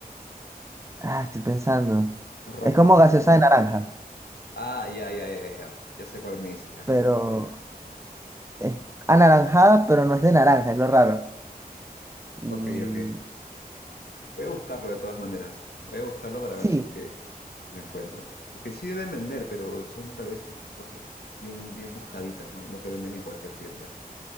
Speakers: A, on the right; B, on the left.
A: Ah, estoy pensando.
B: roja.
A: Es como gaseosa de naranja,
B: Ah, ya, ya, ya, ya. Ya sé cuál me dices ya.
A: pero es anaranjada, pero no es de naranja, es lo raro. Y
B: Ok, ok. Voy a buscarlo de todas maneras. Voy a buscarlo para
A: sí,
B: ver si es que lo encuentro. Porque sí deben vender, pero son tal vez cosas bien, bien buscaditas, ¿no? No que venden en cualquier tienda.